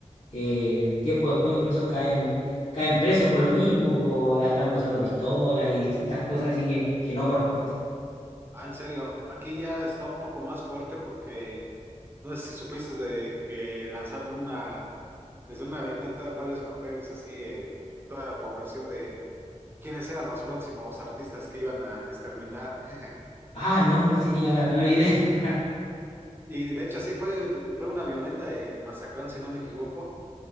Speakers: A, on the left; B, on the right.
A: eh, tiempo después incluso caen, caen presos por lo mismo, por andar mostrando pistolas y distintas cosas así que, que no corresponden.
B: Ah, en serio, aquí ya está un poco más fuerte porque no sé si supiste de que lanzaron una, desde una avioneta varios papeles así en toda la población de quiénes eran los próximos artistas que iban a exterminar. <laughs>
A: Ah, no, no tenía la menor idea. <laughs>
B: Y de hecho así fue, fue una avioneta en Mazatlán, si no me equivoco,